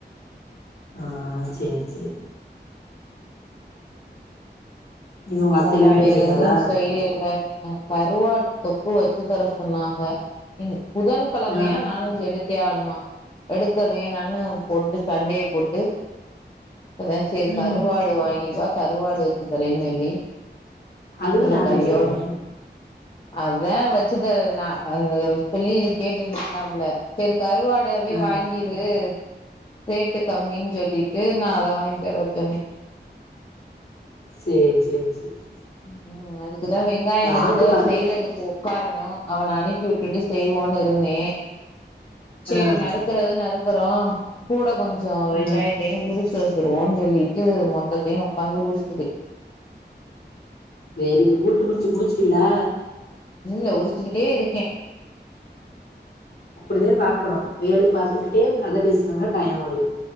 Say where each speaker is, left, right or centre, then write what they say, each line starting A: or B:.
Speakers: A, on the left (about 60°); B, on the left (about 30°).
A: ஆ ஆ சேர் சேர் நீங்க உங்க அத்தைலா
B: எ
A: வேலைக்கு
B: வேற
A: போயிட்டாகளா
B: எதுவும் செய்யல அ கருவாட்டு தொக்கு வச்சு தர சொன்னாக இன் புதன் கிழமையா
A: ஆ
B: நான் வேஜ் எடுத் தே ஆகணுமா எடுக்க வேணான்னு போட்டு சண்டய போட்டு அதா சரி
A: ம்
B: கருவாடு வாங்கின் வா கருவாடு வச்சு தரேன்னு சொல்லி
A: அதுவு
B: செர்
A: நான்வெஜ்
B: கையோட
A: தானே
B: அதா வச்சு தரே நா அது சொல்லி கேட்டுட்டு இருந்தாப்ல சரி கருவாடு அக்காவே
A: ஆ
B: வாங்கிரு ரேட்டு கம்மின் சொல்லிட்டு நா அத வாய்ங்ட்டு வர சொன்னே
A: சேர் சேர் சேர்
B: ம் ம் அதுக்குதா வெங்காய நறுக்க
A: ஆட்டுக்கால்
B: செய்றதுக்கு உக்காரனோ அவன அனுப்பி விட்டுட்டு செய்வோன்னு இருந்தே சேரி
A: ஆ
B: நறுக் க்குறது நறுக்குறோ கூட கொஞ்சோ
A: ஆ
B: வெங்காயத் மொத்தயு உரிச்சி வச்ருவோன் சொல்லிட்டு மொத்தத்தையு ஒக்காந்து உரிக்குது
A: வெரி குட் எல்த்தியு உரிச்சி முடிச்சுட்டீங்ளா
B: இல்ல உரிச்சுக்கிட்டே இருக்கே
A: அப்படிதா பாக்குறோ வேலய பாத்துக்கிட்டே கத பேசின்னா டையோ ஓடிட்